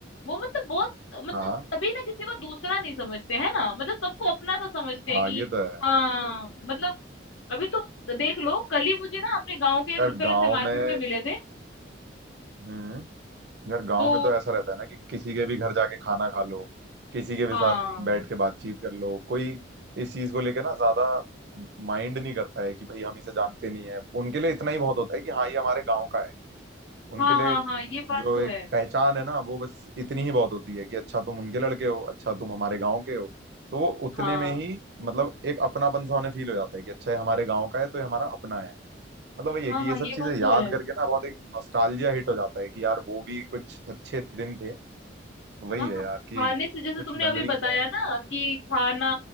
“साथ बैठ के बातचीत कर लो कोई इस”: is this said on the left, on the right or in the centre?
Right